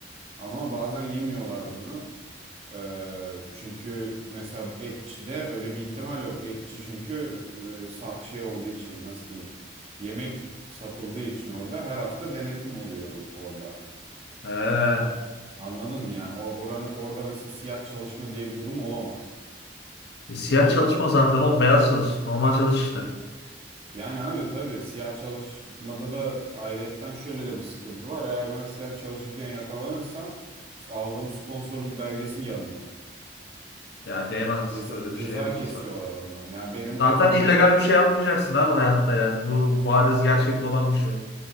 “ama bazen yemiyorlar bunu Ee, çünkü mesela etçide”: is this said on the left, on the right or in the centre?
Right